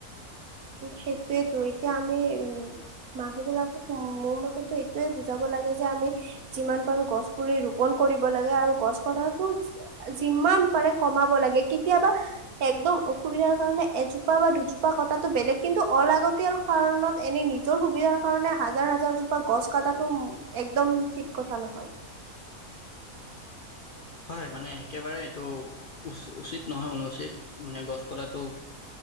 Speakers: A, on the right; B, on the left.
A: সেইটোয়েটো এতিয়া আমি উম, মানুহ বিলাকক মোৰ মতেতো এইটোয়ে বুজাব লাগে যে, আমি যিমান পাৰো গছ পুলি ৰোপন কৰিব লাগে আৰু গছ কটাটো যিমান পাৰে কমাব লাগে, কেতিয়াবা একদম অসুবিধাৰ কাৰণে এজোপা বা দুজোপা কট তাতো বেলেগ, কিন্তু অলাগতিয়াল কাৰণত এনে নিজৰ সুবিধাৰ কাৰণে হাজাৰ-হাজাৰ জোপা গছ কটাটো উম, একদম ঠিক কথা নহয়।
B: হয়, মানে একেবাৰে এইটো উচ উচিত নহয় অনুচিত মানে গছ কটাটো